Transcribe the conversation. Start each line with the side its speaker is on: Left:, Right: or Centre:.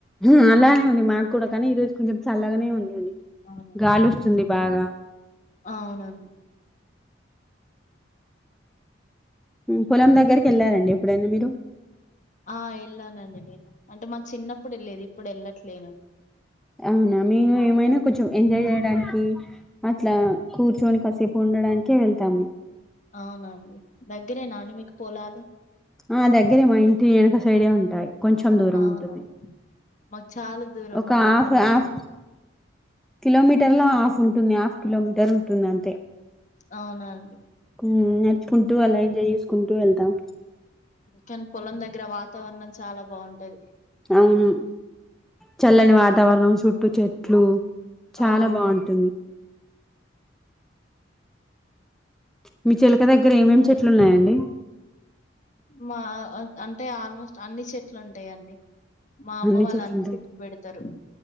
Centre: హు అలానే ఉంది మాకు కూడా కానీ ఈ రోజు కొంచెం చల్లగానే ఉందండి
Left: హ్మ్. అవునండి
Centre: గాలి వస్తుంది బాగా
Left: అవునండి
Centre: పొలం దగ్గరికి వెళ్ళారండి ఎప్పుడైనా మీరు
Left: ఆ వెళ్ళానండి నేను అంటే మాకు చిన్నప్పుడు వెళ్ళేది ఇప్పుడు వెళ్ళట్లేను
Centre: అవునా మేము ఏమైనా కొంచెం ఎంజాయ్ చేయడానికి అట్లా కూర్చొని కాసేపు ఉం ఉండడానికే వెళ్తాము
Left: అవునండి దగ్గరేనాండి మీకు పొలాలు
Centre: ఆ దగ్గరే మా ఇంటి ఎనుక సైడే ఉంటాయి కొంచెం దూరం
Left: అవునా
Centre: ఉంటుంది
Left: మాకు చాలా దూరం
Centre: ఒక
Left: ఉంటాయి
Centre: హఫ్
Left: పొలాలు
Centre: హఫ్ కిలోమీటర్ లో హాఫ్ ఉంటుంది హాఫ్ కిలోమీటర్ ఉంటుంది అంతే
Left: అవునా అండి
Centre: ఉమ్ నచ్చుకుంటూ అళ్ళ ఎంజాయ్ చేసుకుంటూ వెళ్తాం
Left: కానీ పొలం దగ్గర వాతావరణం చాలా బాగుంటది
Centre: అవును చల్లని వాతావరణం చుట్టూ చెట్లు చాలా
Left: అవును
Centre: బాగుంటుంది మీ చిలక దగ్గర ఏమేం చెట్లు ఉన్నాయండి
Left: మా అంటే ఆల్మోస్ట్ అన్ని చెట్లు ఉంటాయండి మా అమ్మ
Centre: అన్ని
Left: వాళ్ళు
Centre: చెట్లుంటాయి
Left: చెట్లు పెడతారు